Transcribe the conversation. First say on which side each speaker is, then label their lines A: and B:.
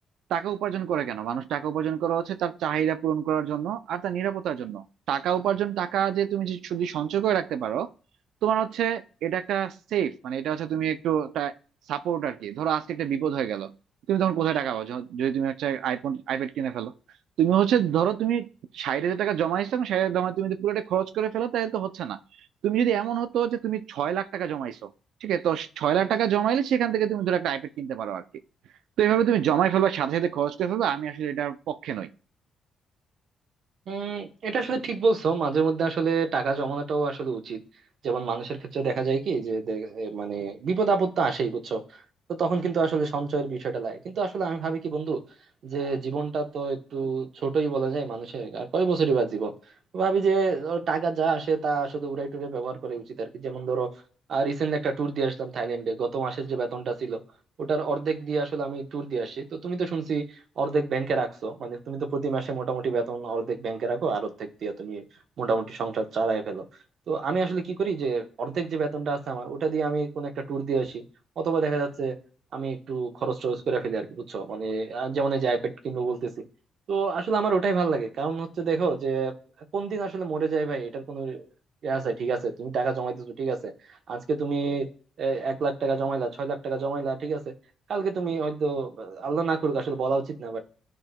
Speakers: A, on the right; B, on the right.
A: টাকা উপার্জন করে কেন মানুষ টাকা উপার্জন করা হচ্ছে তার চাহিদা পূরণ করার জন্য আর তার নিরাপত্তার জন্য টাকা উপার্জন টাকা যে তুমি যে শুধু সঞ্চয় করে রাখতে পারো তোমার হচ্ছে এটা একটা সেফ মানে এটা হচ্ছে তুমি একটু একটা সাপোর্ট আর কি ধরো আজকে একটা বিপদ হয়ে গেল তুমি তখন কোথায় টাকা পাবো যখন- যদি তুমি একটা আইফোন আইপ্যাড কিনে ফেলো তুমি হচ্ছে ধরো তুমি ষাট হাজার টাকা জমাইছো এবং ষাট হাজার জমায় তুমি যদি পুরোটা খরচ করে ফেলো তাহলে তো হচ্ছে না তুমি যদি এমন হতো যে তুমি ছয় লাখ টাকা জমাইছো ঠিক আছে তো ছয় লাখ টাকা জমাইলে সেখান থেকে তুমি ধরো একটা আইপ্যাড কিনতে পারো আর কি তো এভাবে তুমি জমাই ফেলবা সাথে সাথে খরচ করে ফেলবা আমি আসলে এটার পক্ষে নই
B: উম এটা আসলে ঠিক বলছো মাঝে মধ্যে আসলে টাকা জমানোটাও আসলে উচিত যেমন মানুষের ক্ষেত্রে দেখা যায় কি যে দে- এ মানে বিপদ আপদ তো আসেই বুঝছো তো তখন কিন্তু আসলে সঞ্চয়ের বিষয়টা লাগে কিন্তু আসলে আমি ভাবি কি বন্ধু যে জীবনটা তো একটু ছোটই বলা যায় মানুষের আর কয় বছরই বা জীবন তো ভাবি যে ও টাকা যা আসে তা আসলে উড়াই টুড়ে ব্যবহার করা উচিত আর কি যেমন ধরো রিসেন্টলি একটা ট্যুর দিয়ে আসলাম থাইল্যান্ডে গত মাসের যে বেতনটা ছিল ওটার অর্ধেক দিয়ে আসলে আমি ট্যুর দিয়ে আসি তো তুমি তো শুনছি অর্ধেক ব্যাংকে রাখছো মানে তুমি তো প্রতি মাসে মোটামুটি বেতন অর্ধেক ব্যাংকে রাখো আর অর্ধেক দিয়ে তুমি মোটামুটি সংসার চালায় ফেলো তো আমি আসলে কি করি যে অর্ধেক যে বেতনটা আছে আমার ওটা দিয়ে আমি কোন একটা ট্যুর দিয়ে আসি অথবা দেখা যাচ্ছে আমি একটু খরচ টরচ করে ফেলি আর কি বুঝছো মানে আহ, যেমন এই যে আইপ্যাড কিনবো বলতেছি তো আসলে আমার ওটাই ভালো লাগে কারণ হচ্ছে দেখো যে কোন দিন আসলে মরে যায় ভাই এটার কোনো ইয়ে আছে ঠিক আছে তুমি টাকা জমাইতেছো ঠিক আছে আজকে তুমি এ, এক লাখ টাকা জমাইলা ছয় লাখ টাকা জমাইলা ঠিক আছে কালকে তুমি হয়তো আহ, আল্লাহ না করুক আসলে বলা উচিত না বাট